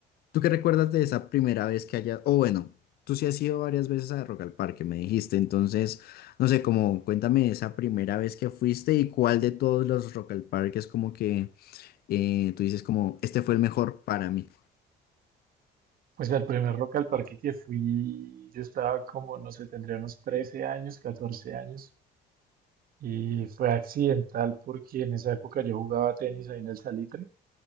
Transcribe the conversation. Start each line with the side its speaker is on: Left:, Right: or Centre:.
Left: ¿Tú qué recuerdas de esa primera vez que hayas, o bueno, tú sí has ido varias veces a Rock al Parque, me dijiste, entonces, no sé, como cuéntame esa primera vez que fuiste y cuál de todos los Rock al Parque es como que eh, tú dices como, este fue el mejor para mí.
Right: Pues al primer Rock al Parque que fui, yo estaba como, no sé, tendría unos 13 años, 14 años. Y fue accidental porque en esa época yo jugaba tenis ahí en el Salitre